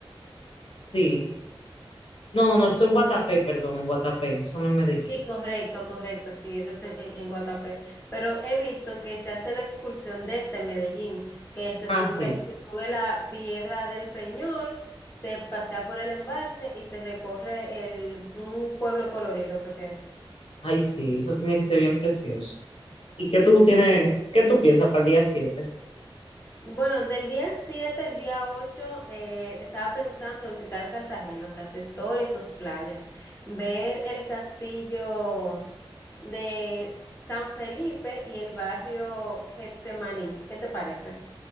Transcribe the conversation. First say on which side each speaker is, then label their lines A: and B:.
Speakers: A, on the left (about 80°); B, on the left (about 25°).
A: Sí. No, no, no, eso en Guatapé, perdón, en Guatapé, eso no en Medellín.
B: Sí, correcto, correcto, sí, eso es en, en, en Guatapé. Pero he visto que se hace la excursión desde Medellín, que se
A: Ah,
B: sube,
A: sí,
B: se sube la piedra del Peñol, se pasea por el embalse y se recorre el, un pueblo colorido, creo que es.
A: ay sí, eso tiene que ser bien precioso. ¿Y qué tú tienes, qué tú piensas para el día 7?
B: Bueno, del día 7 al día 8 eh, estaba pensando visitar Cartagena, o sea, su historia y sus playas, ver el castillo de F- San Felipe y el barrio Getsemaní. ¿Qué te parece?